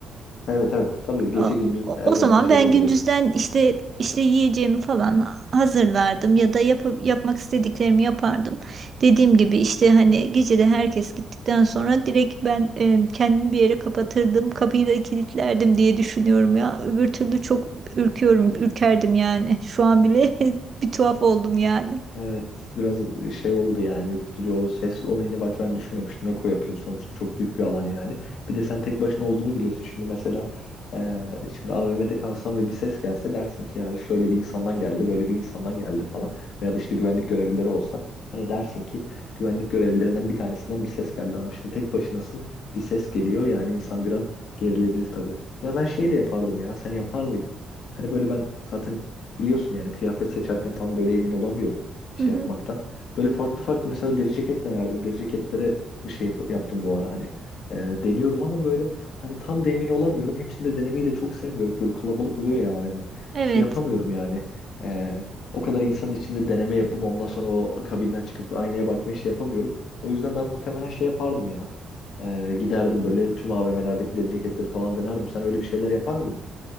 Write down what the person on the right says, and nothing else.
O,
o-
o
zaman
ben
gündüzden işte işte yiyeceğimi falan hazırlardım ya da yap- yapmak istediklerimi yapardım. Dediğim gibi işte hani gecede herkes gittikten sonra direkt ben e, kendimi bir yere kapatırdım. Kapıyı da kilitlerdim diye düşünüyorum ya. Öbür türlü çok ürküyorum, ürkerdim yani. Şu an bile <laughs> bir tuhaf oldum yani.
Hı hı.
Evet.